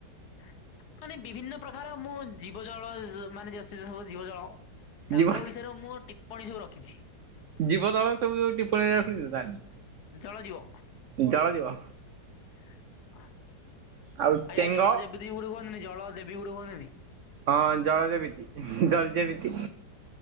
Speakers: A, on the left (about 70°); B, on the right (about 75°).
A: <inaudible> ମାନେ ବିଭିନ୍ନ ପ୍ରକାର ମୁଁ ଜୀବ ଜଳ ମାନେ ସବୁ ଜୀବ ଜଳ। ତାଙ୍କ
B: ଜୀବ
A: ବିଷୟରେ ମୁଁ ଟିପ୍ପଣୀ ସବୁ ରଖିଛି।
B: ଜୀବ ଦଳ ସବୁ ଯୋଉ ଟିପଣୀରେ ରଖିଛୁ ତାହେଲେ।
A: ଜଳ ଜୀବ।
B: ଜଳ ଯିବ।
A: <unintelligible>
B: ଆଉ ଚେଙ୍ଗ ହଁ ଜଳଯେବିତି ଜଳଯେବିତି।